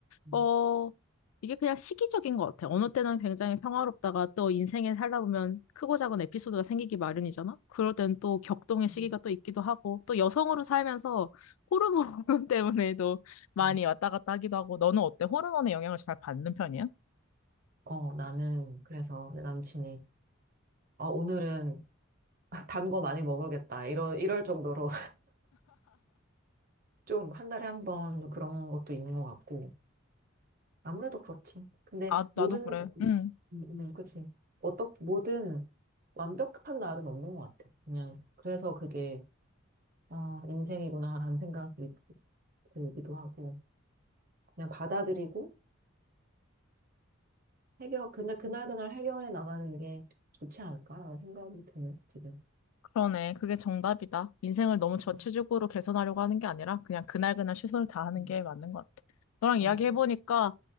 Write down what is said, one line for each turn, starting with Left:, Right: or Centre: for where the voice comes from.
Right: 응.
Left: 어, 이게 그냥 시기적인 것 같아. 어느 때는 굉장히 평화롭다가 또 인생에 살다 보면 크고 작은 에피소드가 생기기 마련이잖아? 그럴 땐 또 격동의
Right: 맞죠.
Left: 시기가
Right: 응.
Left: 또 있기도 하고, 또 여성으로 살면서 호르몬 <laughs> 때문에도 많이
Right: 응.
Left: 왔다 갔다 하기도 하고, 너는 어때? 호르몬의 영향을 잘 받는 편이야?
Right: 어, 나는 그래서 내 남친이 아, 오늘은 <laughs> 단 거 많이 먹어야겠다. 이런 이럴 정도로 <laughs> 좀 한 달에 한 번 그런 것도 있는 것 같고 아무래도 그렇지. 근데
Left: 아, 나도
Right: 모든
Left: 그래.
Right: 음,
Left: 응.
Right: 음, 음, 그치. 어떻 모든 완벽한 날은 없는 것 같아. 그냥, 그래서 그게, 아, 인생이구나라는 생각이 들기도 하고, 그냥 받아들이고, 해결, 근데 그날그날 해결해 나가는 게 좋지 않을까라는 생각이 드네, 지금.
Left: 그러네. 그게 정답이다. 인생을 너무
Right: 음,
Left: 전체적으로 개선하려고 하는 게 아니라 그냥 그날그날 최선을 다하는
Right: 음.
Left: 게 맞는 것 같아. 너랑
Right: 어,
Left: 이야기해보니까